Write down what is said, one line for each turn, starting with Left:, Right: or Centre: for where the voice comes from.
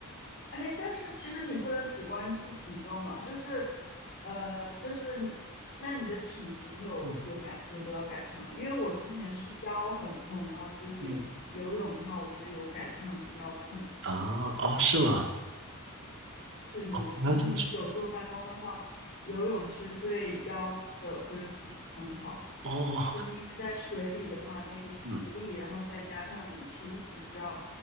Left: 哎，但是其实你不能只关注体重嘛，就是，呃，就是你那你的体型有有改有得到改善吗？
Right: 嗯，
Left: 因为我之前是腰很痛，然后就是游泳的话，
Right: 嗯
Left: 我觉得有改善我的腰痛。
Right: 啊，哦，是吗？
Left: 对对对，
Right: 你要这么说，
Left: 就是你久坐办公的话，游泳其实对腰的恢复很好。
Right: 哦，
Left: 就是因为在水里的话，那个浮力，
Right: 嗯，
Left: 然后再加上你是一直需要，